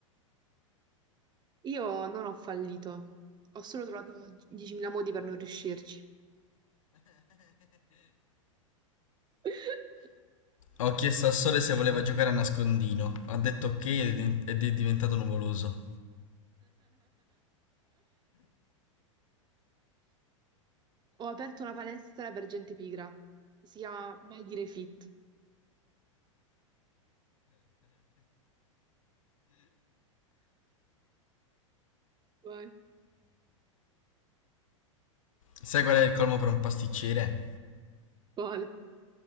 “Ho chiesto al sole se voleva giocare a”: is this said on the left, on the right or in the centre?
Left